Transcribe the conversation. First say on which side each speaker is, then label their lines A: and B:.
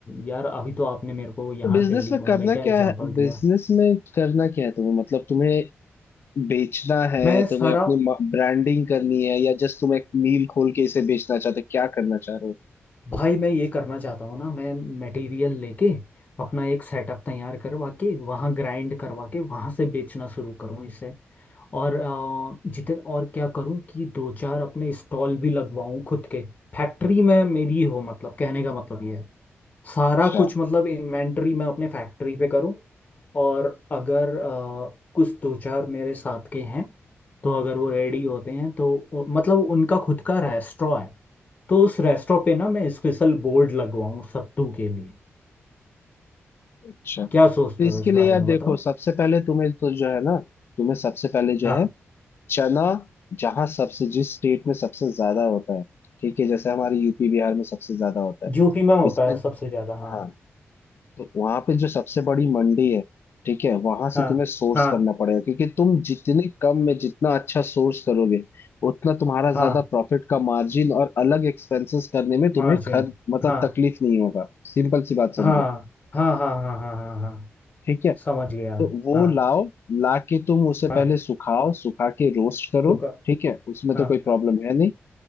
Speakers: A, on the left; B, on the left.
A: यार अभी तो आपने मेरे को यहाँ
B: तो बिजनेस
A: दिल्ली
B: में
A: मुंबई
B: करना क्या
A: का एग्जांपल
B: है
A: दिया
B: बिजनेस में करना क्या है तुम्हें मतलब तुम्हें बेचना है
A: मैं सारा
B: तुम्हें अपनी ब्रांडिंग करनी है या जस्ट तुम एक मील खोल के इसे बेचना चाहते हो क्या करना चाह रहे हो
A: भाई मैं ये करना चाहता हूँ ना मैं मटेरियल लेके अपना एक सेटअप तैयार करवा के वहाँ ग्राइंड करवा के वहाँ से बेचना शुरू करूँ इसे और अ, जितने और क्या करूं कि दो चार अपने स्टॉल भी लगवाऊं खुद के फैक्ट्री में मेरी हो मतलब कहने का मतलब ये है सारा
B: अच्छा
A: कुछ मतलब इन्वेंटरी मैं अपने फैक्ट्री पे करूँ और अगर अ, कुछ दो चार मेरे साथ के हैं तो अगर वो रेडी होते हैं तो उ- मतलब उनका खुद का रेस्टोरेंट है तो उस रेस्टोरेंट पे ना मैं स्पेशल बोर्ड लगवाऊँ सत्तू के लिए
B: अच्छा तो
A: क्या सोचते
B: इसके
A: हो इस
B: लिए
A: बारे
B: यार
A: में
B: देखो
A: बताओ
B: सबसे पहले तुम्हें तो जो है ना तुम्हें सबसे पहले जो
A: हाँ
B: है चना जहाँ सबसे जिस स्टेट में सबसे ज्यादा होता है ठीक है जैसे हमारे यूपी बिहार में सबसे ज्यादा होता है
A: यूपी में होता
B: इसमें
A: है सबसे ज्यादा हाँ
B: हाँ तो वहां पे जो सबसे बड़ी मंडी है ठीक है वहां से
A: हाँ
B: तुम्हें सोर्स
A: हाँ
B: करना पड़ेगा क्योंकि तुम जितने कम में जितना अच्छा सोर्स करोगे उतना तुम्हारा ज्यादा
A: हाँ
B: प्रॉफिट का मार्जिन और अलग एक्सपेंसेस करने में तुम्हें
A: मार्जिन
B: खर्च मतलब
A: हाँ
B: तकलीफ नहीं होगा सिंपल सी बात समझो
A: हाँ हाँ हाँ हाँ हाँ हाँ हाँ
B: ठीक है
A: समझ गया
B: तो वो
A: हाँ
B: लाओ ला के तुम उसे
A: हाँ
B: पहले सुखाओ सुखा के रोस्ट करो
A: रुका
B: ठीक है उसमें
A: हाँ
B: तो कोई प्रॉब्लम है नहीं